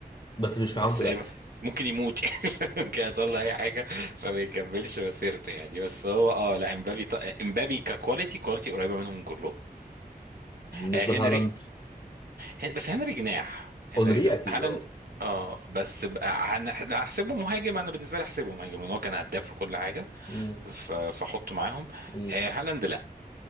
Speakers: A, on the left; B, on the right.
A: بس مش
B: بس
A: معاهم دلوقتي
B: هي- بس ممكن يموت <laughs> يعني ممكن يحصل له اي حاجه فما يكملش مسيرته يعني بس هو اه لا امبابي ط... امبابي ككواليتي كواليتي قريبه منهم كلهم
A: بالنسبة
B: آه هنري
A: لهالاند
B: هن... بس هنري جناح هنري
A: اونري
B: لا
A: اكيد
B: هالاند
A: اه
B: اه بس بقى هن- هحسبه مهاجم انا بالنسبه لي احسبه مهاجم لان هو كان هداف وكل حاجه
A: مم،
B: ف... فاحطه معاهم
A: مم،
B: آه هالاند لا